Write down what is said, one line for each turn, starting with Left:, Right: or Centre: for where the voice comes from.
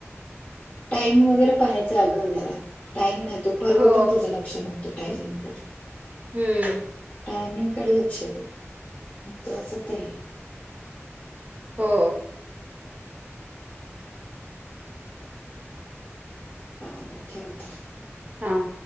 Left: टाइम वगैरे पाहायचं अगं जरा टाइम नाहीतो परवा
Right: हो
Left: पण तुझं लक्ष नव्हतं टायमिंगकडे.
Right: हम्म.
Left: टामिंग कडे लक्ष दे महत्त्वाचं ते.
Right: हो.
Left: चाले ठेवते.
Right: हां.